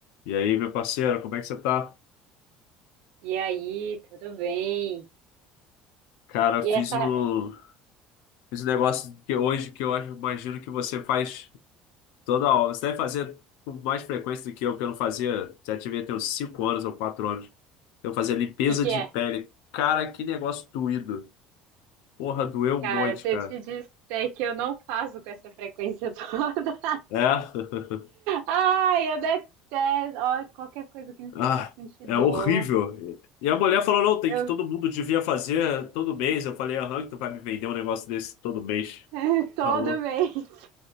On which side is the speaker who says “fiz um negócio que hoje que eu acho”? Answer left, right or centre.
Left